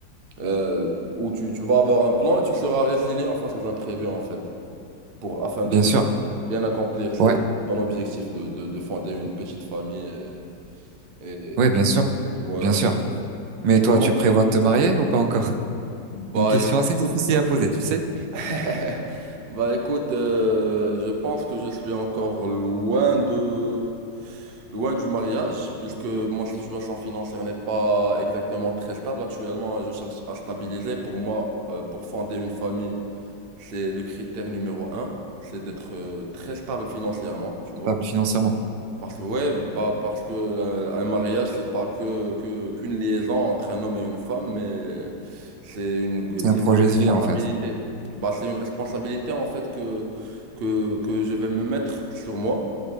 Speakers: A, on the right (about 45°); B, on the right (about 80°).
A: euh, où tu, tu vas avoir un plan et tu seras résilient face aux imprévus, en fait, pour, afin
B: bien
A: de bien,
B: sûr.
A: bien accomplir ses-
B: Ouais,
A: ton objectif de, de, de fonder une petite famille. Et, et-
B: Oui, bien sûr,
A: et voilà.
B: bien sûr. Mais
A: Et
B: toi,
A: comment?
B: tu prévois de te marier ou pas encore?
A: Bah
B: C'est une question
A: écoute.
B: assez difficile à poser, tu sais,
A: <laughs> Bah écoute, euh, je pense que je suis encore loin de loin du mariage, puisque ma situation financière n'est pas exactement très stable. Actuellement, je cherche à stabiliser. Pour moi, euh, pour fonder une famille, c'est le critère numéro un, c'est d'être euh, très stable financièrement, tu vois.
B: stable financièrement.
A: Parce que, ouais, bah, parce que euh, un mariage, c'est pas que, que, qu'une liaison entre un homme et une femme, mais c'est une,
B: C'est
A: c'est
B: un projet
A: une responsabilité.
B: de vie, en fait.
A: Bah, c'est une responsabilité, en fait, que, que, que je vais me mettre sur moi.